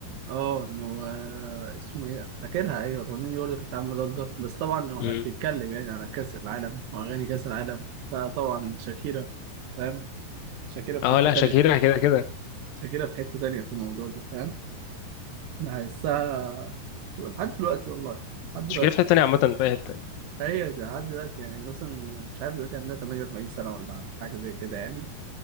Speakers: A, on the right; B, on the left.
A: اه إن هو اسمه ايه فاكرها ايوه الاغنيه دي برضه كانت عامله ضجه بس طبعا لو هتتكلم
B: مم.
A: يعني على كاس العالم واغاني كاس العالم فطبعا شاكيرا فاهم شاكيرا في
B: اه
A: حته
B: لا
A: تانية
B: شاكيرا كده كده
A: شاكيرا في حته تانية في الموضوع ده فاهم انا هحسها لحد دلوقتي والله لحد دلوقتي
B: تشكيلة في حتة تانية عامة في أي حتة
A: فهي لحد دلوقتي يعني اصلا مش عارف دلوقتي عندها 48 سنه ولا حاجه زي كده يعني